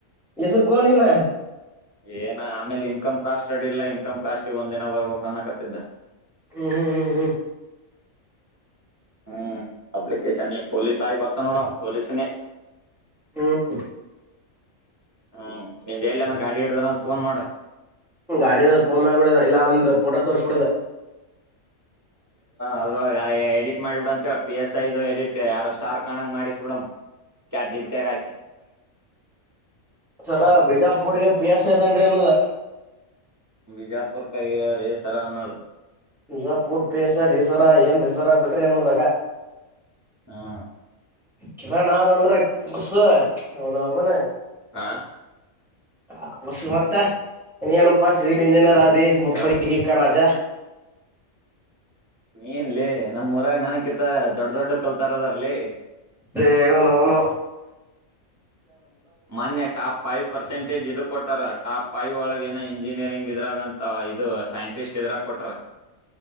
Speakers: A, in the centre; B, on the right.
A: ಎದ್ದುಕ್ಕೋ ಇನ್ನ
B: ಏನ್ ಆಮೇಲೆ ಇನ್ಕಮ್ ಕಾಸ್ಟ್ ರಡಿ ಇಲ್ಲ ಇನ್ಕಮ್ ಕಾಸ್ಟ್ಗ್ ಒಂದಿನ ಬರ್ಬೇಕು ಅನ್ನಕತಿದ್ದ
A: ಹ್ಮ್ ಹ್ಮ್ ಹ್ಮ್ ಹ್ಮ್
B: ಹ್ಮ್ ಅಪ್ಲಿಕೇಶನ್ ಪೊಲೀಸ್ ಆಗಿ ಬರ್ತ ನೋಡ ಪೊಲೀಸನೇ
A: ಹ್ಮ್
B: ಹ್ಮ್ ನಿಂದ್ ಎಲ್ಲನ ಗಾಡಿ ಹಿಡ್ದನ ಫೋನ್ ಮಾಡ
A: ಗಾಡಿ ಇದೆ ಫೋನ್ ಮಾಡಿಬಿಡೋಣ ಫೋಟ ತೋರಿಸಬಿಡೋದೆ
B: ಅದ್ರೊಳಗ ಎಡಿಟ್ ಮಾಡಿಬಿಡ ಅಂತ ಪಿ ಎಸ್ ಐದು ಎಡಿಟ್ ಎರಡು ಸ್ಟಾರ್ ಕಾಣಂಗ ಮಾಡಿಸ್ಬಿಬಿಡು ಚಾಟ್ ಜಿಪಿಟ್ ಗೆ ಹಾಕಿ
A: ಸರ ಬಿಜಾಪುರ್ಗೆ ಪಿ ಎಸ್ ದನ್ರಿಅನ್ನೋದ
B: ಬಿಜಾಪುರ್ ಗೆ ಕೈಯಾರಿ ಸರ್ ಆ ಅನ್ನೋದು
A: ಈಗ ಪಿ ಎಸ್ ಐ ಪೂರ್ಪೇಸ ರಿಸರ್ ಏನ್ ರಿಸರ್ವ ಬಿಟ್ರಿ ಅನ್ನೋದಾಗ
B: ಹಾ
A: ಕಿರಣ ಅನ್ನದ ಅಂದ್ರೆ ಬಸ್ ಆವನಾಅವೊನ
B: ಹಾ
A: ಹ ಬಸುಮತ್ತ ನೀನ್ ಏನಪ್ಪ ಸಿವಿಲ್ ಇಂಜಿನಿಯರ್ ಆದ ಬೋಪಾಕ್ಕಿರ
B: ಹೇಳ
A: ರಾಜ
B: ನಿನ್ ಲೇ ನಮ್ಮ ಊರಗ ನನಗೆ ಅಕಿತ್ತ ದೊಡ್ಡ ದೊಡ್ಡ ಕಲ್ತಾರ್ ಅದಾಲ್ರೆ
A: ಹೇ ಅವನೋನು
B: ಮೊನ್ನೆ ಟಾಪ್ ಫೈವ್ ಪರ್ಸೆಂಟೇಜ್ ಇದು ಕೊಟ್ಟಾರ ಟಾಪ್ ಫೈವ್ ಒಳಗೆ ಇಂಜಿನಿಯರಿಂಗ್ ಇದ್ರಾಗಂತ ಇದು ಸೈಂಟಿಸ್ಟ್ ಇದ್ರಾಗ ಕೊಟ್ರ